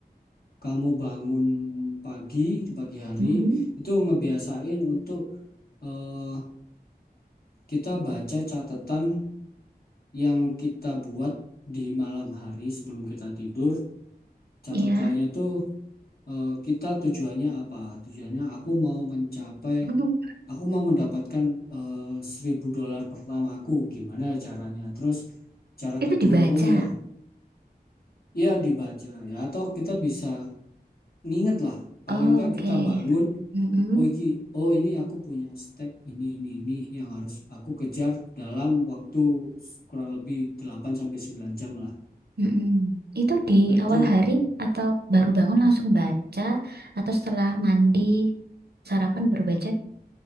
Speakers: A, on the left; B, on the right.
A: kamu bangun pagi di pagi hari,
B: mm-mm,
A: itu ngebiasain untuk eh, kita baca catatan yang kita buat di malam hari sebelum kita tidur. Catatannya
B: iya.
A: tuh eh, kita tujuannya apa? Tujuannya aku mau mencapai
B: mm
A: aku mau mendapatkan eh, seribu dolar pertamaku gimana ya caranya terus cara
B: Itu
A: kedua
B: dibaca.
A: oh ya ya dibaca ya atau kita bisa nginget lah paling
B: Oh,
A: nggak
B: oke.
A: kita bangun
B: Mm-mm,
A: oh iki oh ini aku punya step ini ini ini yang harus aku kejar dalam waktu kurang lebih 8 sampai 9 jam lah
B: mm-mm. Itu di
A: nah itu
B: awal hari atau baru bangun langsung baca atau setelah mandi sarapan baru baca?